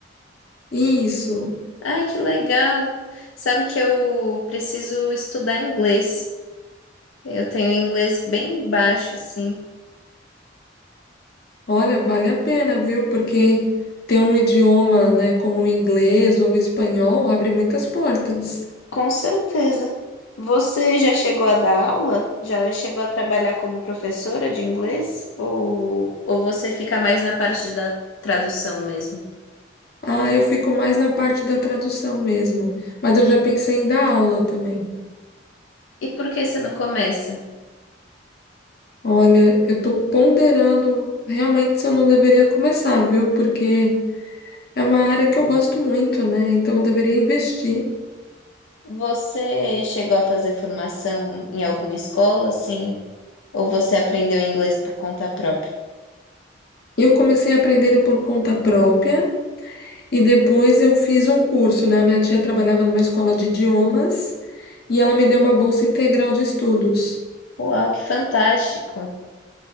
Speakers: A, on the left; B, on the left.
A: Isso,
B: Ai, que legal! Sabe que eu preciso estudar inglês. Eu tenho inglês bem baixo, sim.
A: olha, vale a pena, viu? Porque ter um idioma, né, como o inglês ou o espanhol abre muitas portas.
B: Com certeza. Você já chegou a dar aula? Já chegou a trabalhar como professora de inglês? Ou, ou você fica mais na parte da tradução mesmo?
A: Ah, eu fico mais na parte da tradução mesmo, mas eu já pensei em dar aula também.
B: E por que você não começa?
A: Olha, eu tô ponderando realmente se eu não deveria começar, viu? Porque é uma área que eu gosto muito, né? Então eu deveria investir.
B: Você chegou a fazer formação em alguma escola, assim? Ou você aprendeu inglês por conta própria?
A: Eu comecei aprendendo por conta própria e depois eu fiz um curso, né? A minha tia trabalhava numa escola de idiomas e ela me deu uma bolsa integral de estudos.
B: Uau, que fantástico!